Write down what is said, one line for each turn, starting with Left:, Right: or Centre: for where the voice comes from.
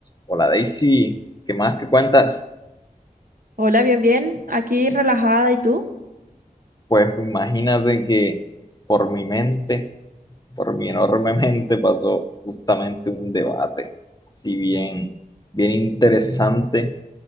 Left: Hola Daisy, ¿qué más que cuentas?
Right: Hola, bien, bien. Aquí relajada. ¿Y tú?
Left: Pues imagínate que por mi mente, por mi enorme mente pasó justamente un debate, si bien, bien interesante